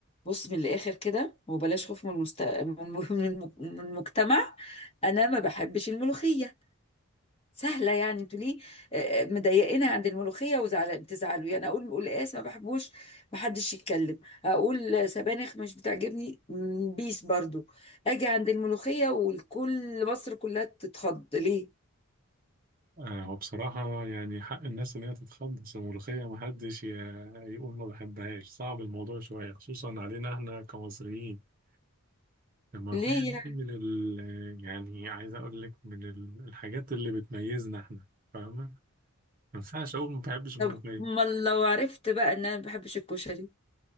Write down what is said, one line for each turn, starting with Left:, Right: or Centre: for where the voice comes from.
Left: بص من الاخر كده وبلاش خوف من المست... من الم- من الم- من المجتمع انا ما بحبش الملوخيه سهله يعني انتوا ليه آه، مضايقينها عند الملوخيه وزعل بتزعلوا يعني اقول قلقاس ما بحبوش ما حدش يتكلم اقول سبانخ مش بتعجبني مم، بيس برضو اجي عند الملوخيه والكل مصر كلها تتخض ليه
Right: آه، هو بصراحة يعني حق الناس إن هي تتخلص الملوخية محدش ي- يقول ما بحبهاش صعب الموضوع شوية خصوصا علينا إحنا كمصريين الملوخية
Left: ليه يعني
Right: دي من ال يعني عايز أقول لك من ال- الحاجات اللي بتميزنا إحنا فاهمة ما ينفعش أقول ما بحبش الملوخية
Left: طب ما لو عرفت بقى ان انا ما بحبش الكشري